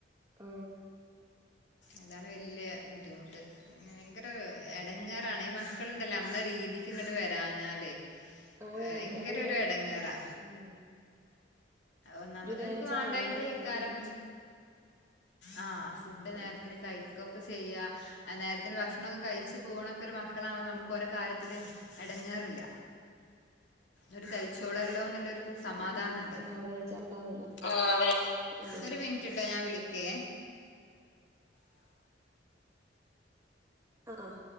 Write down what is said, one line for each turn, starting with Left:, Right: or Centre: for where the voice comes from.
Right: ആ
Left: അതാണ് വല്യ ബുദ്ധിമുട്ട് ഭയങ്കര എടങ്ങേർ ട്ടാണ് ഈ മക്കള്ണ്ടല്ലോ നമ്മളെ രീതിക്ക്‌ങ്ങ‌ട്ട്‌ വരാഞ്ഞാലേ
Right: ആഹ്
Left: ഭയങ്കര
Right: ഞാൻ ങ്കരാ
Left: ഒരു എടങ്ങേറാ
Right: ഉം
Left: ഒന്നാമത്
Right: ഒരു ബേജാറാ
Left: അവര്ക്ക് വണ്ടായിട്ടായിക്കാരം.
Right: മക്കള് ഫുഡൊക്കെ
Left: ആഹ് ഫുഡ് നേരത്തിന്
Right: ആഹ്
Left: കഴിക്കൊക്കെ ചെയ്യാ നേരത്തിന് ഭക്ഷണൊക്കെകഴിച്ച് പോവണൊക്കൊരു മക്കളാണ് നമുക്കോരെകാര്യത്തില് എടങ്ങേറില്ല ഓര് കയിച്ചോളല്ലോന്നുള്ളൊരു ഒരു സമാധാനണ്ട്.
Right: ആഹ് ആഹ് ബേജാറുണ്ടാവൂലേ
Left: ആഹ്-അതെ
Right: ഉം
Left: ഒരുമിനിടറ്റെട്ടോ ഞാൻ വിളി കേ <inaudible>
Right: അആഹ്